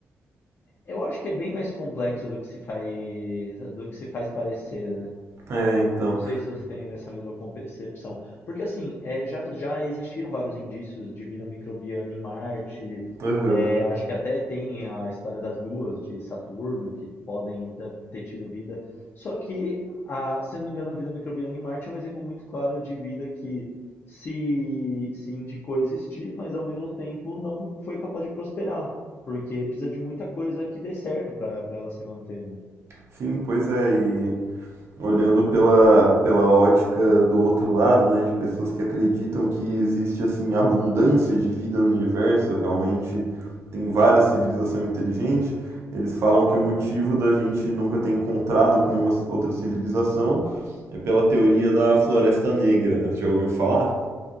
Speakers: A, on the left (about 50°); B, on the right (about 55°).
A: eu acho que é bem mais complexo do que se faz, do que se faz parecer, né?
B: É, então.
A: Não sei se você tem essa mesma concepção. Porque, assim, é, já, já existiram vários indícios de vida microbiana em Marte.
B: Aham.
A: É, acho que até tem a história das luas de Saturno, que podem ter- ter tido vida. Só que, a- se eu não me engano, a vida microbiana em Marte é um exemplo muito claro de vida que se, se indicou existir, mas ao mesmo tempo não foi capaz de prosperar. Porque precisa de muita coisa que dê certo para ela se manter, né?
B: Sim, pois é, e olhando pela, pela ótica do outro lado, né, de pessoas que acreditam que existe assim abundância de vida no universo, realmente tem várias civilizações inteligentes, eles falam que o motivo da gente nunca ter encontrado com nenhuma outra civilização é pela teoria da Floresta Negra, né? Você já ouviu falar?